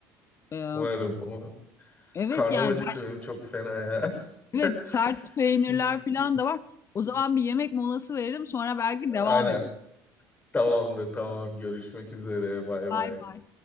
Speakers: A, on the left; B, on the left.
A: E,
B: Umarım, umarım.
A: evet
B: Karnım
A: yani
B: acıktı
A: baş,
B: benim çok fena ya.
A: evet
B: <laughs>
A: sert peynirler
B: Şimdi.
A: falan da var. O zaman bir yemek molası verelim sonra belki devam
B: Aynen.
A: ederiz.
B: Tamamdır tamam. Görüşmek üzere. Bay bay.
A: Bay bay.